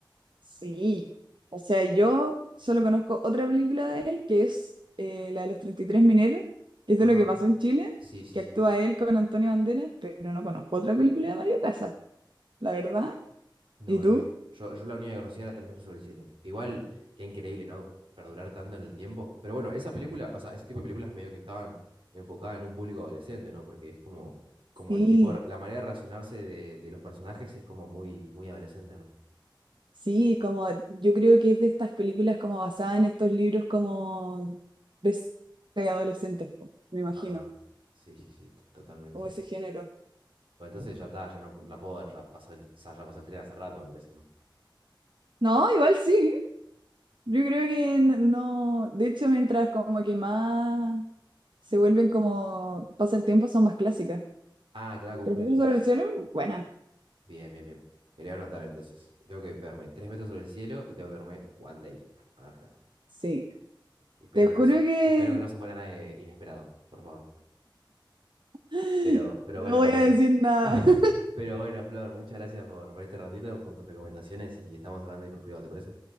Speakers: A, on the right; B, on the right.
A: Sí. O sea, yo solo conozco otra película de él, que es eh, la de los 33 mineros, que es
B: Ajá.
A: de lo que pasó en Chile,
B: Sí, sí,
A: que
B: sí.
A: actúa él con Antonio Banderas, pero no conozco otra película de Mario Casas, la verdad.
B: No,
A: ¿Y tú?
B: no, yo, yo- yo la única que conocía era Tres metros sobre el cielo. Igual, qué increíble, ¿no? Perdurar tanto en el tiempo. Pero bueno, esa película, o sea, ese tipo de películas medio que estaban enfocadas en un público adolescente, ¿no? Porque es como, como
A: Sí,
B: el tipo, la manera de relacionarse de, de los personajes es como muy, muy adolescente, ¿no?
A: sí, como yo creo que es de estas películas como basadas en estos libros como de adolescentes, po, me imagino.
B: Ajá. Sí, sí, sí, to- totalmente.
A: como ese género.
B: Bueno, entonces ya está, ya no, no la puedo ver, ya pasó el, ya ya pasó el tren hace rato, me parece, ¿no?
A: No, igual sí. Yo creo que n- no. De hecho, mientras como que más se vuelven como pasa el tiempo, son más clásicas.
B: Ah, claro, como
A: Pero
B: que-
A: Metro
B: Dios.
A: sobre el cielo, buena.
B: bien, bien, bien. Me lo voy a anotar entonces. Tengo que verme Tres metros sobre el cielo y tengo que verme One Day. A ver,
A: Sí.
B: Espero
A: Te
B: que
A: juro
B: no, s-
A: que
B: espero que no se muera nadie inesperado, por favor.
A: <gasps>
B: Pero, pero
A: no
B: bueno,
A: voy
B: Flor.
A: a decir nada.
B: <laughs>
A: <laughs>
B: Pero bueno, Flor, muchas gracias por, por este ratito, por tus recomendaciones y estamos hablando ahí por privado, ¿te parece?